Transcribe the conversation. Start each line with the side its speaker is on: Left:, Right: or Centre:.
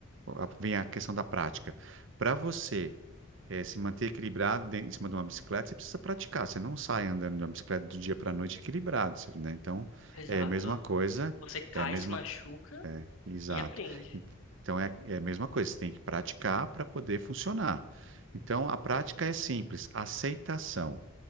Right: a- vem a questão da prática. Para você é, se manter equilibrado de- em cima de uma bicicleta, você precisa praticar, você não sai andando de uma bicicleta do dia para a noite equilibrado, você- né? Então
Left: Exato.
Right: é a mesma coisa,
Left: Você cai,
Right: é a mesma,
Left: se machuca
Right: exato.
Left: e aprende.
Right: En- Então é, é a mesma coisa, você tem que praticar para poder funcionar. Então a prática é simples, aceitação.